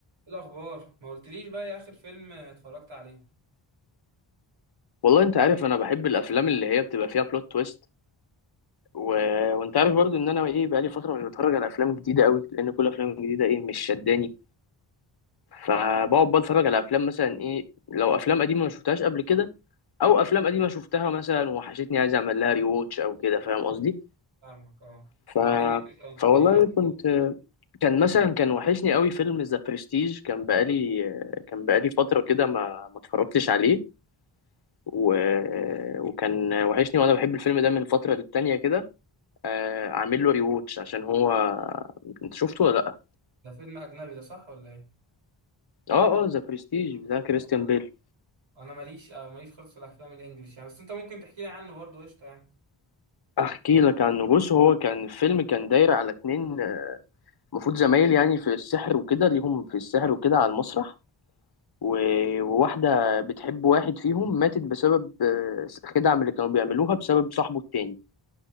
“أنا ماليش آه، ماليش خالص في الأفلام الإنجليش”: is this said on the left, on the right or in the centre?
Right